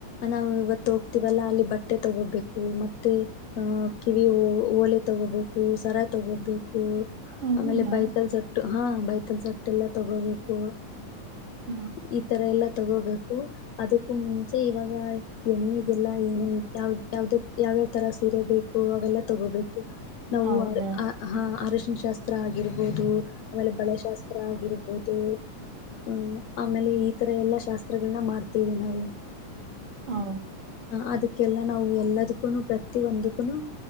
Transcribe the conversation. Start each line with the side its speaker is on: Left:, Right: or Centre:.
Left: ನಾವು ಇವತ್ತು ಹೋಗ್ತಿವಲ್ಲಾ ಅಲ್ಲಿ ಬಟ್ಟೆ ತಗೋಬೇಕು ಮತ್ತೆ ಅ ಕಿವಿ ಓ ಓಲೆ ತಗೋಬೇಕು ಸರ ತಗೋಬೇಕು ಕು
Right: ಹೌದಾ
Left: ಆಮೇಲೆ ಬೈತಲ್ ಸಟ್ಟು ಹಾ ಬೈತಲ್ ಸಟ್ಟ ಎಲ್ಲಾ ತಗೋಬೇಕು
Right: ಆ,
Left: ಈ ತರಾ ಎಲ್ಲ ತಗೋಬೇಕು ಅದ ಮುಂಚೆ ಇವಾಗ ಹೆಣ್ಣಿಗೆಲ್ಲಾ ಏನ ಯವ ಯಾವ ಯಾವ್ಯಾವ ತರ ಸೀರೆ ಬೇಕು ಎಲ್ಲಾ ತಗೋಬೇಕು ನಾವು
Right: ಹೌದಾ
Left: ಹ ಅ ಅರಶಿನ ಶಾಸ್ತ್ರ ಆಗಿರ್ಬೋದು ಆಮೇಲೆ ಬಳೆಶಾಸ್ತ್ರ ಆಗಿರಬಹುದು ಹು ಆಮೇಲೆ ಈ ತರ ಎಲ್ಲಾ ಶಾಸ್ತ್ರಗಳನ್ನ ಮಾಡ್ತೇವಿ ನಾವು
Right: ಹಾ
Left: ಅದಕ್ಕೆಲ್ಲ ನಾವು ಎಲ್ಲದಕ್ಕೂನು ಪ್ರತಿ ಒಂದಕ್ಕೂ